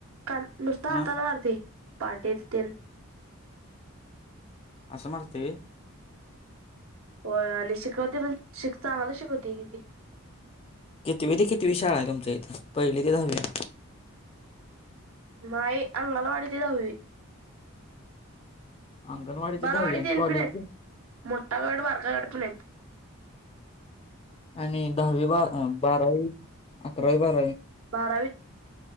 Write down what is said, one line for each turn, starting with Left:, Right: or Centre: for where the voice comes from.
Right: का नुसत
Left: मग
Right: हाताान मारती पाटेत ते
Left: असमर्थे
Right: हो आणि शिकवते पण श चांगलं शिकवते किती
Left: किितवी ते किितवी शाळा आहे तुमच्या इथं पहिली ते दहावी
Right: नाहीई अणाला वाडीच जाऊवी
Left: अंगणवाडीच्या
Right: बालवाडी
Left: दहावी्या आणि
Right: तेन
Left: कॉलेज
Right: पण आहेत मोठा गड वारकागड पण येत
Left: आणि दहावी ब बारावी अकरावी बारावी
Right: बारावी